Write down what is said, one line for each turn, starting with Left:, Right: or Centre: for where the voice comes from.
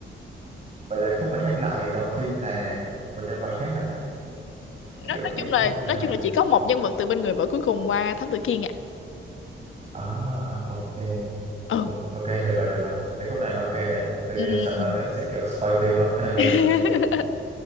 Right: vậy là khúc mà nhắc lại đầu phim là một nhân vật khác hả ta? Kiểu
Left: Nói, nói
Right: cái
Left: chung là
Right: mà...
Left: nói chung là chỉ có một nhân vật từ bên người vợ cuối cùng qua Thám Tử Kiên à.
Right: À, ok.
Left: Ừ.
Right: Ôi, ok, được rồi, được rồi. Từ khúc này là ok đó. Tôi
Left: Ừ.
Right: sợ nói nữa sẽ kiểu spoil phim á.
Left: <laughs>
Right: <laughs>